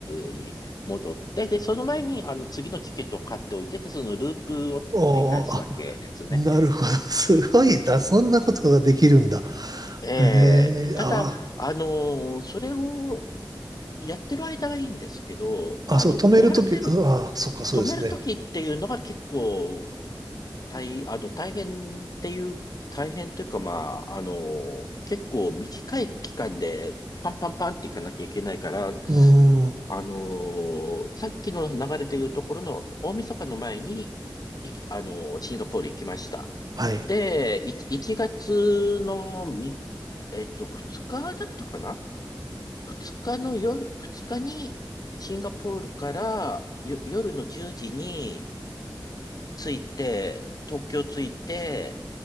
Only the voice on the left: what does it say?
ルに戻って、で、その前に、あの、次のチケットを買っておいてて、そのループを繰り返すわけですね。
ええ、
ただ、
あの、それをやってる間はいいんですけど、
あの、
終わらせる、
止めるときっていうのが結構大、あの、大変っていう、大変というか、まあ、あの、結構短い期間でパンパンパンっていかなきゃいけないから、
あの、さっきの流れでいうところの大晦日の前に、いき、あの、シンガポール行きました。
で、い1月のみ、えっと、2日だったかな ?2 日の夜、2日にシンガポールからよ夜の10時に着いて、東京着いて、